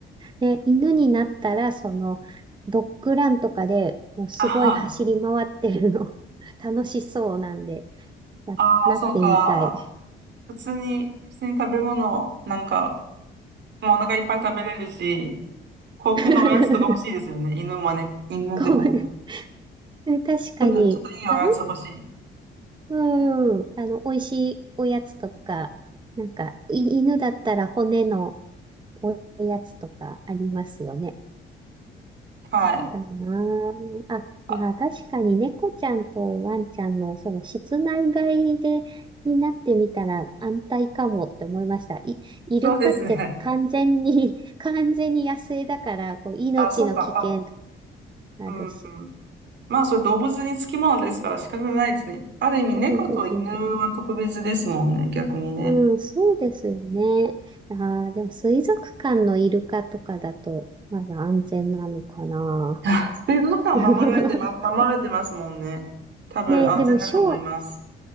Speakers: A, on the right (about 25°); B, on the right (about 65°).
A: ね、犬になったら、その、ドッグランとかでもうすごい走り回ってるの、
B: あは。
A: <laughs> 楽しそうなんで、な、
B: ああ、
A: なってみたい。
B: そうか。普通に、普通に食べ物、なんか、もうお腹いっぱい食べれるし、高級なおやつとか欲しいですよね。
A: <laughs>
B: 犬もね、犬でもね。
A: こういう確かに、
B: ちょっと、ちょっといいおやつ欲しい。
A: 食べ物、うん、あの、美味しいおやつとか、なんか、い犬だったら骨のおやつとかありますよね。
B: はい。
A: そうだよな。あ、
B: あ、
A: あ、確かに猫ちゃんとワンちゃんのその室内飼いでになってみたら安泰かもって思いました。い、イルカって完全に
B: そうですね。
A: <laughs> 完全に野生だから、こう命の危険
B: あ、そうか。
A: あるし。
B: うん。まあ、それ動物につきものですから仕方ないですね。ある意味、猫と犬は特別ですもんね、
A: そうですね。
B: 逆にね。
A: うん、そうですよね。ああでも水族館のイルカとかだとまだ安全なのかな。
B: <laughs> 水族館を守られてま、
A: <laughs>
B: 守られてますもんね。多分安全だと思います。
A: ね、でもショー、